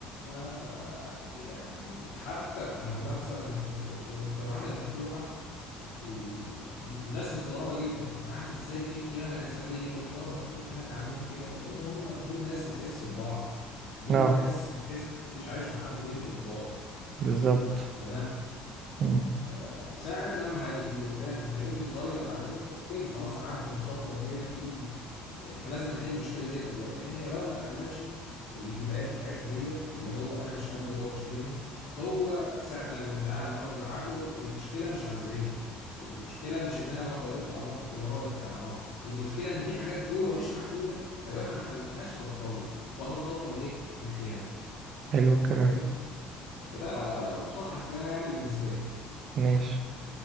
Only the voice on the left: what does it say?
آه، يعني حتى عند مثلا ال- ال- المجتمعات المفتوحه بي- عم- ناس مستغربه جدا يا جدعان ازاي في خيانه جسديه والحوار مفتوح هناك عندهم كده لان هم دول ناس بتحس ببعض دول
ناس بتحس محدش عايش مع حد بالاجبار
تمام
آه، ساعة لما هي- اللي قدامي هلاقيه بيتغير عليا اوكي خلاص انا عارف ان الخطوة الجاية في احنا لازم نحل المشكلة ديت دلوقتي لان هي لو ما اتحلتش البدايات بتاعتها ديت اللي هو انا مش قابله وهو مش قابلني هو ساعة لما بيزعق لو انا بزعق له المشكلة مش هزعيه المشكلة مش ان انا واقف له على الموقف ولا هو واقف لي على موقف المشكلة ان في حاجات جوه مش محلولة لو احنا ما حللناهاش هتتطور وهتتطور لايه لخيانة
فاهمني فده مصطلح الخيانة يعني بالنسبة لي